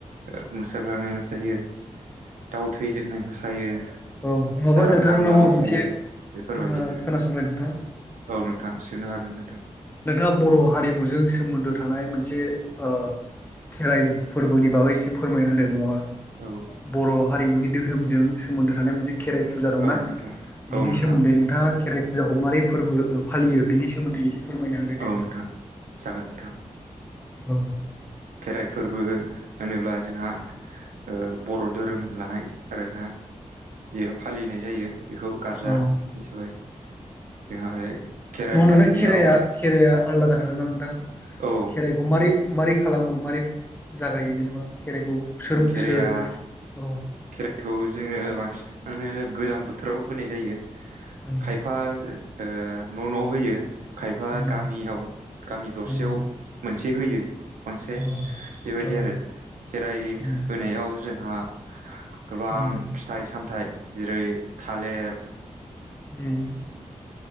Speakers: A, on the right; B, on the left.
A: ओ मोसाग्लानाय मोसायो दाउ थै लिरनाय मोसायो।
B: औ नङाबा
A: जारा
B: नोंथांनाव
A: फाग्ला
B: आं
A: मोसायो
B: मोनसे
A: बेफोर
B: ओ
A: बायदि आरो।
B: खोनासंलाय नोंथां
A: औ नोंथां सोंनो हागोन नोंथां।
B: जों बर' हारिमुजों सोमोन्दो थानाय मोनसे ओ खेराइ फोरबोनि बागै एसे फोरमायना होदो नङाबा?
A: औ
B: बर' हारिमुनि धोरोमजों सोमोन्दो थानाय मोनसेख खेराइ फुजा दंना
A: औ नोंथां औ
B: बिनि
A: नोंथां
B: सोमोन्दै नोंथाङा खेराइ फुजाखौ माबोरै फोरबो फालियो बिनि सोमोन्दै एसे फोरमायना होदो
A: औ
B: दे
A: नोंथां जागोन नोंथां
B: औ
A: खेराइ फोरबो होनोब्ला जोंहा ओ बर' धोरोम लायनाय आरोना। बियो फालिनाय जायो बेखौ गारजा
B: औ
A: हिसाबै जोंहा बे खेराइ
B: न'वा
A: फालिनायाव
B: नोना खेराइाया खे राया आलदा जागोन ना नोंथां
A: औ
B: खेराइखौ मारै मारै खालामो मारै जागायो जेनेबा खेराइखौ। सोर
A: खेराइया
B: सोर औ
A: खेराइखौ जोङो बांसिन आनो गोजां बोथोराव होनाय जायो।
B: उम
A: खायफा ओ न' न' होयो खायफा
B: उम
A: गामियाव गामि दरसेयाव
B: उम
A: मोनसे होयो। खनसे
B: औ
A: बेबायदि
B: औ
A: आरो खेराइ
B: उम
A: होनायाव जोंहा गोबां
B: उम उम
A: फिथाइ-सामथाइ जेरै थालेर
B: उम